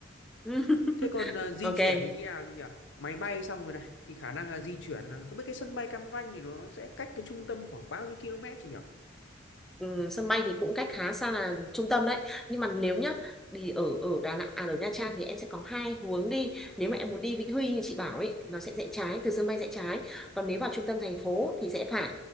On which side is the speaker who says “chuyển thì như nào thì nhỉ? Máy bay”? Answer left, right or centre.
Left